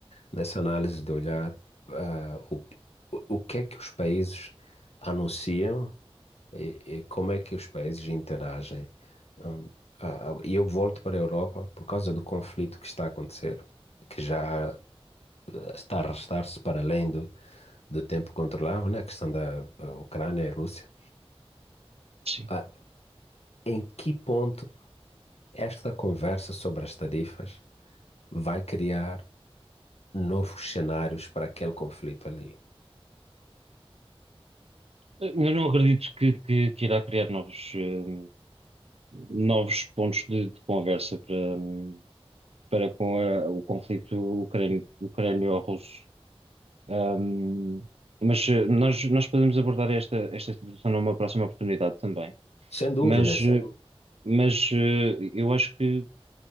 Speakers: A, on the left; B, on the right.
A: dessa análise de olhar ah, o, o o que é que os países anunciam E, e como é que os países interagem? Hum, ah, ah, E eu volto para a Europa por causa do conflito que está a acontecer, que já ah, está a arrastar-se para além do, do tempo controlável, né? A questão da ah, Ucrânia e Rússia.
B: Sim.
A: Ah, em que ponto esta conversa sobre as tarifas vai criar novos cenários para aquele conflito ali?
B: Eu não acredito que, que- que irá criar novos, eh, novos pontos de, de conversa para, hum, para com a- o conflito ucrânio- ucrânio-russo. Hum, mas eh, nós, nós podemos abordar esta, esta situação numa próxima oportunidade também.
A: Sem dúvida,
B: Mas,
A: sem,
B: eh, mas eh, eu acho que